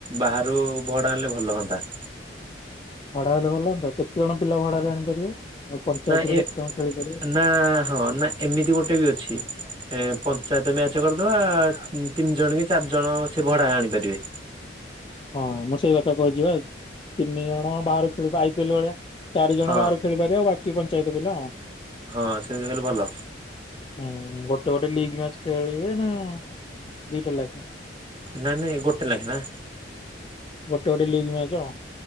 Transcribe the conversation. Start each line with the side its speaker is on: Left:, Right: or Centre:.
Right: ବାହାରୁ ଭଡା ଆଣିଲେ ଭଲ ହୁନ୍ତା।
Left: ଭଡା ହେଲେ ଭଲ ତ କେତେ ଜଣ ପିଲା ଭଡାରେ ଆଣିପାରିବ। ଆଉ ପଞ୍ଚାୟତରୁ
Right: ନା
Left: କେତେ
Right: ଏ
Left: ଜଣ ଖେଳିପାରିବେ
Right: ନା ହଁ ନା ଏମିତି ଗୋଟେ ବି ଅଛି ଏ ପଞ୍ଚାୟତ ମ୍ୟାଚ୍ କରିଦେବା ତିନି ଜଣ କି ଚାରିଜଣ ସେ ଭଡ଼ା ରେ ଆଣିପାରିବେ।
Left: ହଁ ମୁଁ ସେଇ କଥା କହୁଛିିବା ତିନି ଜଣ ବାହାରୁ ଖେଳିବ ଆଇ ପି ଏଲ ଭଳିଆ। ଚାରି ଜଣ
Right: ହଁ
Left: ବାହାରୁ ଖେଳିପାରିବ ଆଉ ବାକି ପଞ୍ଚାୟତ ପିଲା ଆଉ।
Right: ହଁ ସେମିତି କଲେ ଭଲ।
Left: ହୁଁ ଗୋଟେ ଗୋଟେ ଲିଗ ମ୍ୟାଚ ଖେଳିବେ ନା ଦିଟା ଲେଖା।
Right: ନାଇଁ ନାଇଁ ଗୋଟେ ଲେଖା ନା।
Left: ଗୋଟେ ଗୋଟେ ଲିଗମ୍ୟାଚ ଆଉ।